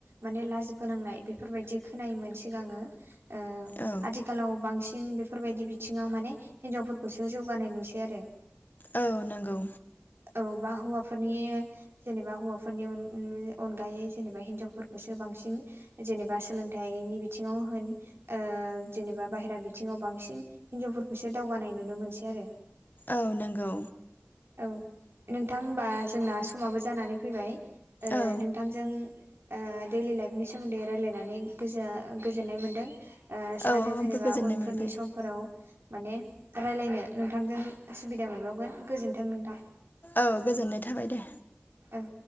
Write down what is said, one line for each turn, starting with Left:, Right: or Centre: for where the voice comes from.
Right: माने लाजिबोनांनाय बेफोरबायदि खोनायोमोन सिगाङो ओ
Left: औ
Right: आथिखालाव बांसिन बेफोरबायदि बिथिङाव माने हिनजावफोरखौसो जौगानाय नुसै आरो।
Left: औ नंगौ।
Right: औ बा हौवाफोरनि जेनेबा हौवाफोरनि अनयश अनगायै जेनेबा हिनजावफोरखौसो बांसिन जेनेबा सोलोंथाइनि बिथिङाव होन ओ जेनेबा बाहेरा बिथिङाव बांसिन हिनजावफोरखौसो दावगानाय नुनो मोनसै आरो
Left: औ नंगौ।
Right: औ नोंथां ओमबा जोंना समाबो जानानै फैबाय ओ
Left: औ
Right: नोंथां। जों ओ दैइलि लाइफनि सोमोन्दै रायलायनानै गोजोआ गोजोननाय मोन्दों। ओ सानो
Left: औ
Right: जेनेबा
Left: आंबो गोजोननाय
Right: उनफोरनि
Left: मोनबाय
Right: सम फोराव माने राय्लायनो नोंथांजों सुबिदा मोनबावगोन। गोजोन्थों नोंथां
Left: औ गोजोननाय थाबाय दे
Right: ओं